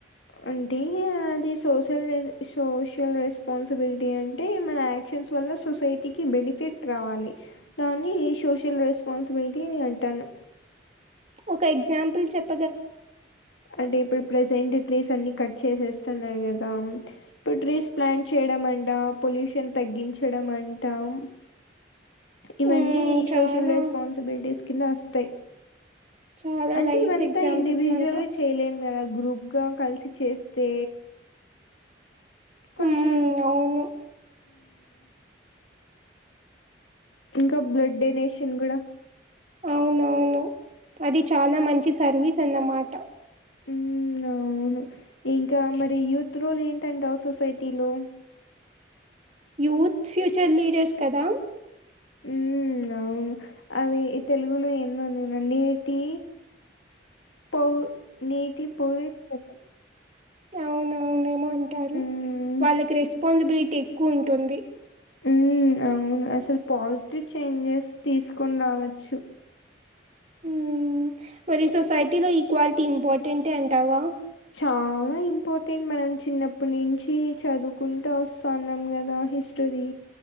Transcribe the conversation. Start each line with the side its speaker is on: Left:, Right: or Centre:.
Left: అంటే అది సోసల్ సోషల్ రెస్పాన్సిబిలిటీ అంటే మన ఎక్షన్స్ వల్ల సొసైటీకి బెనిఫిట్ రావాలి దాన్ని సోషల్ రెస్పాన్సిబిలిటీ అని అంటాను
Right: ఒక ఎగ్జాంపుల్ చెప్
Left: అంటే ఇప్పుడు ప్రెజెంట్ ట్రీస్ అన్ని కట్ చేసేస్తున్నారు కదా ఇప్పుడు ట్రీస్ ప్లాంట్ చేయడం అం టం పొల్యూషన్ తగ్గించడం అంటాం ఇవన్నీ
Right: మ్మ్ చానా
Left: సోషల్ రెస్పాన్సిబిలిటీస్ కింద వస్తాయి.
Right: చాలా
Left: అంటే
Right: లైస్
Left: ఇవంతా
Right: ఎగ్జాంపుల్స్
Left: ఇండివిజువల్
Right: ఇవంతా
Left: గా చేయలేము కదా గ్రూప్ గా కలిసి చేస్తే కొంచం
Right: మ్మ్ అవును
Left: ఇంకా బ్లడ్ డొనేషన్ కూడా
Right: అవునవును అది చాలా మంచి సర్వీస్ అన్నమాట
Left: మ్ అవ్ అవును ఇంకా మరి యూత్ రోల్ ఏంటంటవ్ సొసైటీలో
Right: యూత్ ఫ్యూచర్ లీడర్స్ కదా
Left: హ్మ్. అవును అవి తెలుగులో ఎన్నో అనిటి పోవు నేటి పోయి పోతాం
Right: అవునవున ఏమో అంటారు
Left: హ్మ్.
Right: వాళ్ళకి రెస్పాన్సిబిలిటీ ఎక్కువ ఉంటుంది
Left: మ్ అవును అసలు పాజిటివ్ చేంజెస్ తీసుకోని రావచ్చు
Right: మ్ మరి సొసైటీలో ఈక్వాలిటీ ఇంపార్టెంటే అంటావా
Left: చాలా ఇంపార్టెంట్ మనం చిన్నప్పటి నుంచి చదువుకుంట వస్తన్నాం కదా హిస్టరీ